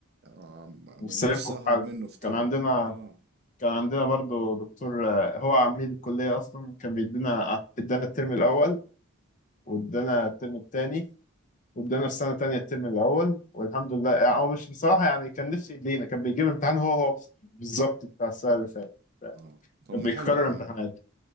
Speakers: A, on the right; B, on the left.
A: آه،
B: مش
A: من
B: سايبكم
A: نفسي أهرب
B: في حاجة
A: منه في ترم
B: كان عندنا
A: اه
B: كان عندنا برضه دكتور آه، هو عميد الكلية أصلا كان بيدينا ادانا الترم الأول وادانا الترم التاني وادانا في سنه تانية الترم الاول والحمد لله يعني هو مش بصراحه يعني كان نفسي يدينا كان بيجيب الامتحان هو هو بالظبط بتاع السنه اللي فاتت
A: اه طب
B: كان
A: ما
B: بيكرر
A: حلو يا عم
B: امتحانات